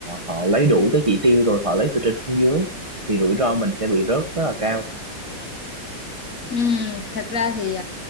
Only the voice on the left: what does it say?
Ừm, thật ra thì